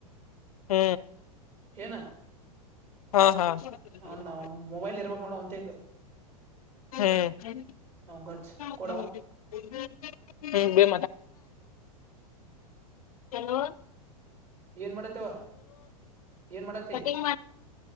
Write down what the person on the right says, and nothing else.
ಏನ
ಅವ್ನ್ ಮೊಬೈಲ್ ಇರ್ಬೇಕ್ ನೋಡ ಅವಂತೆಗ್
ಗಚ್ ಕೊ
ಏನ್ ಮಾಡತ್ ಅವ್ವ, ಏನ್ ಮಾಡತಿ